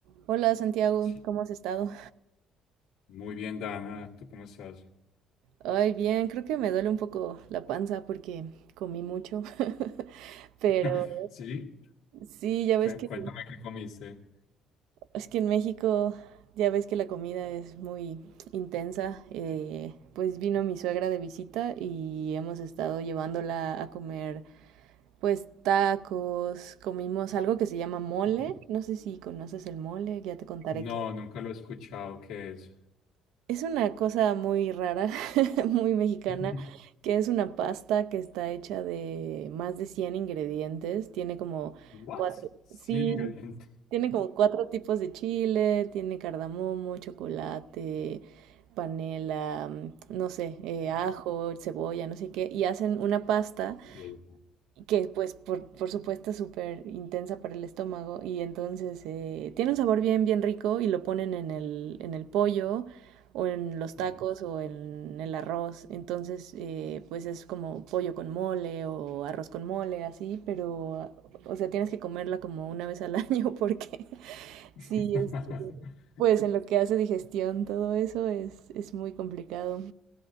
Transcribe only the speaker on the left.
Sí.
Muy bien, Dana, ¿tú cómo estás?
<laughs> Sí,
Cué-
cuéntame qué comiste.
Ujú.
No, nunca lo he escuchado, ¿qué es?
<laughs>
What?
100
ingredientes.
Ok.
Ujú.
<laughs>